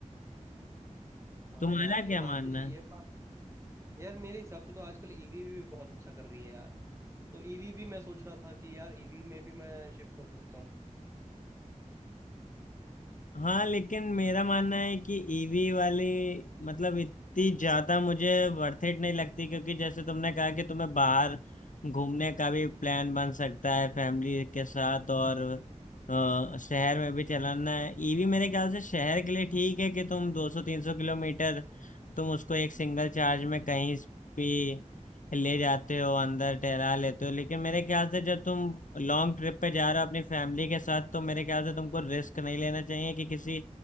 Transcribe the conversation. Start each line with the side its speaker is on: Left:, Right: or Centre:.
Right: हाँ
Left: तुम्हारा
Right: यार ये
Left: क्या
Right: बात
Left: मानना
Right: तो सही
Left: है
Right: है यार मेरे हिसाब से तो आजकल ईवी भी बहुत अच्छा कर रही है यार तो ईवी भी मैं सोच रहा था कि यार ईवी में भी मैं शिफ्ट हो सकता हूँ
Left: हाँ लेकिन मेरा मानना है कि ईवी वाली मतलब इतनी ज्यादा मुझे वर्थ इट नहीं लगती क्योंकि जैसे तुमने कहा कि तुम्हें बाहर घूमने का भी प्लान बन सकता है फैमिली के साथ और अ, शहर में भी चलाना है ईवी मेरे ख्याल से शहर के लिए ठीक है कि तुम 200-300 किलोमीटर तुम उसको एक सिंगल चार्ज में कहीं भी ले जाते हो अंदर टहला लेते हो लेकिन मेरे ख्याल से जब तुम लॉन्ग ट्रिप पे जा रहे हो अपनी फैमिली के साथ तो मेरे ख्याल से तुमको रिस्क नहीं लेना चाहिए कि किसी